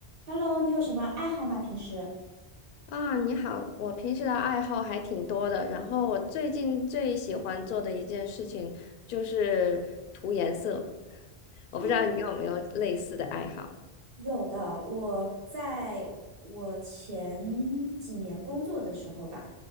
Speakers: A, on the right; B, on the left.
A: Hello，你有什么爱好吗？平时
B: 啊，你好，我平时的爱好还挺多的，然后我最近最喜欢做的一件事情就是涂颜色，我不知道你有没有类似的爱好。
A: 啊，有的。我在我前几年工作的时候吧，